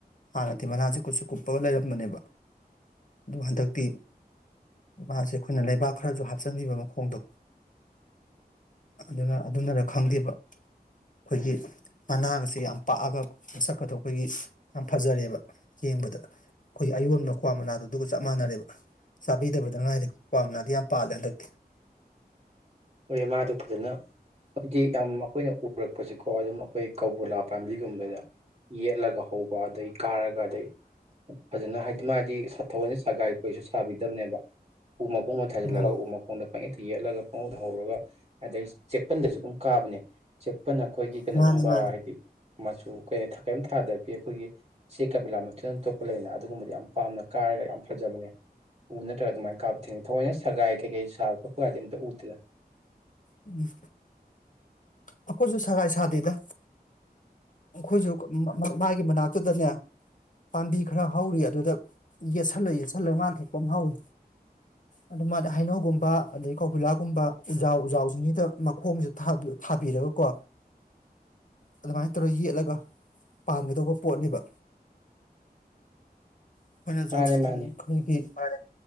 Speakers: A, on the left (about 55°); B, on the right (about 40°).
A: ꯍꯥꯟꯅꯗꯤ ꯃꯅꯥꯁꯦ ꯀꯨꯁꯨꯞ ꯀꯨꯞꯄꯒ ꯂꯩꯔꯝꯕꯅꯦꯕ ꯑꯗꯨ ꯍꯟꯗꯛꯇꯤ ꯃꯥꯁꯦ ꯑꯩꯈꯣꯏꯅ ꯂꯩꯕꯥꯛ ꯈꯔꯁꯨ ꯍꯥꯞꯆꯤꯟꯕꯤꯕ ꯃꯈꯣꯡꯗꯣ ꯑꯗꯨꯅ ꯑꯗꯨꯅꯔ ꯈꯜꯂꯤꯕ ꯑꯩꯈꯣꯏꯒꯤ ꯃꯅꯥꯒꯁꯦ ꯌꯥꯝ ꯄꯥꯛꯑꯒ ꯃꯁꯛꯀꯗꯨ ꯑꯩꯈꯣꯏꯒꯤ ꯌꯥꯝ ꯐꯥꯖꯔꯦꯕ ꯌꯦꯡꯕꯗ ꯑꯩꯈꯣꯏꯒꯤ ꯑꯌꯣꯟꯕ ꯀ꯭ꯋꯥ ꯃꯅꯥꯗꯨ ꯑꯗꯨꯒ ꯆꯞ ꯃꯥꯟꯅꯔꯦ ꯆꯥꯕꯤꯗꯕꯗ ꯉꯥꯏꯔꯦ ꯀ꯭ꯋꯥ ꯃꯅꯥꯗꯤ ꯌꯥꯝ ꯄꯥꯜꯂꯦ ꯍꯟꯗꯛꯇꯤ
B: ꯍꯣꯏꯌꯦ ꯃꯥꯗꯤ ꯐꯖꯅ ꯍꯥꯏꯗꯤ ꯌꯥꯝ ꯑꯩꯈꯣꯏꯅ ꯎꯔꯛꯄꯁꯤꯀꯣ ꯑꯗꯨꯝ ꯑꯩꯈꯣꯏ ꯀꯧꯕꯤꯂꯥ ꯄꯥꯝꯕꯤꯒꯨꯝꯕꯗ ꯌꯦꯠꯂꯒ ꯍꯧ ꯀꯣ ꯑꯗꯩ ꯀꯥꯔꯒ ꯑꯗꯩ ꯐꯖꯅ ꯍꯥꯏꯗꯤ ꯃꯥꯗꯤ ꯁꯥ ꯊꯧꯑꯣꯏꯅ ꯁꯒꯥꯏ ꯀꯩꯁꯨ ꯁꯥꯕꯤꯗꯝꯅꯦꯕ ꯎ ꯃꯈꯣꯡꯗ ꯊꯥꯖꯤꯜꯂꯒ
A: ꯎꯝ
B: ꯎ ꯃꯈꯣꯡꯗ ꯄꯪꯌꯦꯠꯇ ꯌꯦꯠꯂꯒ ꯄꯪꯍꯧꯗ ꯍꯧꯔꯒ ꯑꯗꯩ ꯆꯦꯛꯄꯟꯗꯁꯨ ꯑꯗꯨꯝ ꯀꯥꯕꯅꯤ ꯆꯦꯛꯄꯟ ꯑꯩꯈꯣꯏꯒꯤ ꯀꯩꯅꯣꯒꯨꯝꯕ
A: ꯃꯥꯅꯤ ꯃꯥꯅꯤ
B: ꯍꯥꯏꯗꯤ ꯃꯆꯨ ꯀꯩꯅꯣ ꯀꯤꯝ ꯊꯥꯗꯕꯤ ꯑꯩꯈꯣꯏꯒꯤ ꯆꯦꯛꯀ ꯕꯤꯂꯥꯟꯄꯥꯇꯤꯒ ꯇꯣꯞꯄ ꯂꯩꯅ ꯑꯗꯨꯒꯨꯝꯕꯗ ꯌꯥꯝ ꯄꯥꯝꯅ ꯀꯥꯔꯒ ꯌꯥꯝ ꯐꯖꯕꯅꯦ ꯎ ꯅꯠꯇ꯭ꯔꯒ ꯑꯗꯨꯃꯥꯏꯟ ꯀꯥꯕ ꯊꯦꯡꯅꯩ ꯊꯧꯑꯣꯏꯅ ꯁꯒꯥꯏ ꯀꯩꯀꯩ ꯁꯥꯕ ꯈꯣꯠꯄꯒꯗꯤ ꯑꯝꯇ ꯎꯗꯦꯗ
A: ꯎꯝ ꯑꯩꯈꯣꯏꯁꯨ ꯁꯒꯥꯏ ꯁꯥꯗꯦꯗ ꯑꯩꯈꯣꯏꯁꯨ ꯃꯥꯒꯤ ꯃꯅꯥꯛꯇꯨꯗꯅꯦ ꯄꯥꯝꯕꯤ ꯈꯔ ꯍꯧꯔꯤ ꯑꯗꯨꯗ ꯌꯦꯠꯁꯜꯂ ꯌꯦꯠꯁꯜꯂ ꯃꯥꯟ ꯊꯣꯛꯄ ꯑꯝ ꯍꯧꯏ ꯑꯗꯥ ꯃꯥꯗꯤ ꯍꯩꯅꯧꯒꯨꯝꯕ ꯑꯗꯩ ꯀꯧꯕꯤꯂꯥꯒꯨꯝꯕ ꯎꯖꯥꯎ ꯎꯖꯥꯎꯁꯤꯡꯁꯤꯗ ꯃꯈꯣꯡꯁꯦ ꯊꯥꯕꯤꯔꯒꯀꯣ ꯑꯗꯨꯃꯥꯥꯏꯟ ꯇꯧꯔꯒ ꯌꯦꯠꯂꯒ ꯄꯥꯟꯒꯗꯧꯕ ꯄꯣꯠꯅꯦꯕ ꯑꯩꯈꯣꯏꯅꯁꯨ
B: ꯃꯥꯅꯦ ꯃꯥꯅꯦ
A: ꯎꯝ ꯑꯣꯏꯒꯤ, ꯄꯥꯏꯔꯦ